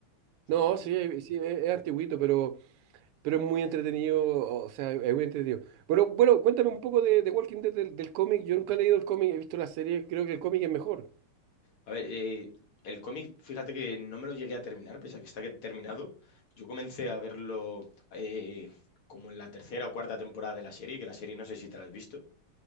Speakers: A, on the left (about 75°); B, on the right (about 85°).
A: supongo,
B: No, sí,
A: ¿no?
B: eh, sí, es, es antiguito, pero, pero es muy entretenido. O sea, es muy entretenido. Bueno, bueno, cuéntame un poco de, de Walking Dead del, del cómic. Yo nunca he leído el cómic, he visto la serie, creo que el cómic es mejor.
A: A ver, eh, el cómic, fíjate que no me lo llegué a terminar, pese a que está que- terminado. Yo comencé a verlo eh, como en la tercera o cuarta temporada de la serie, que la serie no sé si te la has visto.